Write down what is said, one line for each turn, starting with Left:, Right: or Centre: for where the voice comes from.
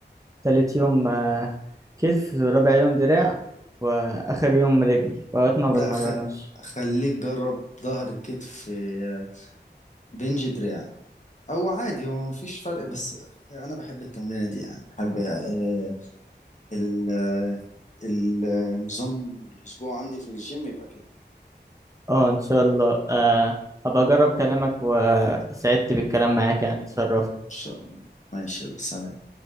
Right: تالت يوم آه، كتف رابع يوم دراع واخر يوم رجل واوقات ما بتمرنوش
Left: لا خ... خليك جرب ظهر كتف آه، بنج دراع او عادي هو مفيش فرق بس انا بحب التمرينه دي يعني بحب آه، ال- آه، النظام الأسبوع عندي في الجيم يبقى كده
Right: اه ان شاء الله آه هبقى اجرب كلامك وسعدت بالكلام معاك يعني اتشرفت
Left: ان شاء الله ماشي يلا سلام